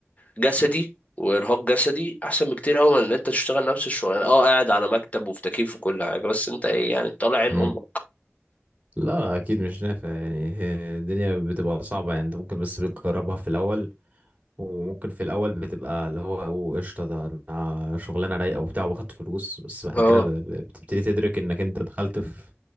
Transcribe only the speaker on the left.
جسدي وارهاق جسدي احسن بكتير قوي من ان انت تشتغل نفس الشغلانه اه قاعد على مكتب وفي تكييف وكل حاجه بس انت ايه يعني طالع عين
امك
اه